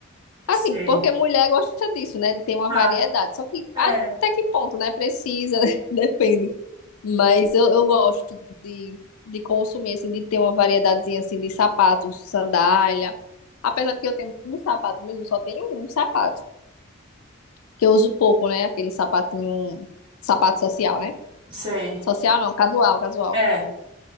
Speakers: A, on the left (about 80°); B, on the right (about 20°).
A: Assim,
B: Sei.
A: porque mulher gosta disso, né? De ter uma
B: Ah,
A: variedade. Só que
B: é.
A: até que ponto, né? Precisa, né? <laughs> Depende. Mas eu, eu gosto de, de consumir, assim, de ter uma variedadezinha, assim, de sapatos, sandália. Apesar de que eu tenho um sapato mesmo, só tenho um sapato. que eu uso pouco, né? Aquele sapatinho, sapato social, né?
B: Sei.
A: Social não, casual, casual.
B: É,